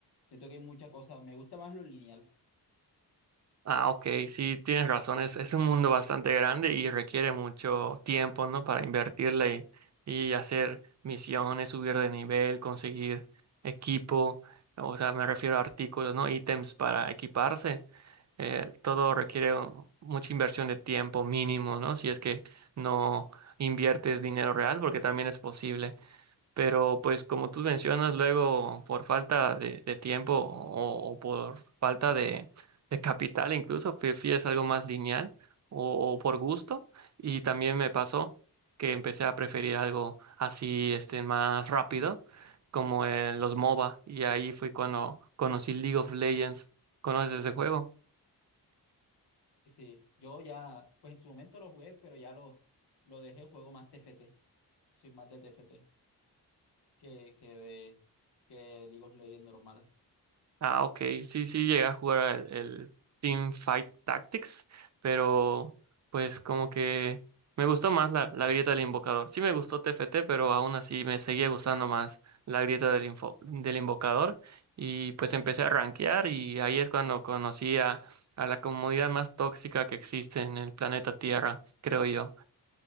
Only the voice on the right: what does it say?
Ah, ok, sí, tienes razón, es, es un mundo bastante grande y requiere mucho tiempo, ¿no? Para invertirle y, y hacer misiones, subir de nivel, conseguir equipo, o sea, me refiero a artículos, ¿no? Ítems para equiparse. Eh, todo requiere un- mucha inversión de tiempo mínimo, ¿no? Si es que no inviertes dinero real, porque también es posible. Pero pues como tú mencionas, luego por falta de, de tiempo o, o por falta de, de capital incluso, prefieres algo más lineal o, o por gusto. Y también me pasó que empecé a preferir algo así, este, más rápido, como eh, los MOBA. Y ahí fue cuando conocí League of Legends. ¿Conoces ese juego?
Ah, ok. Sí, sí, llegué a jugar el, el Team Fight Tactics, pero pues como que me gustó más la, la grieta del invocador. Sí me gustó TFT, pero aún así me seguía gustando más la grieta del, info- del invocador. Y pues empecé a rankear y ahí es cuando conocí a, a la comunidad más tóxica que existe en el planeta Tierra, creo yo.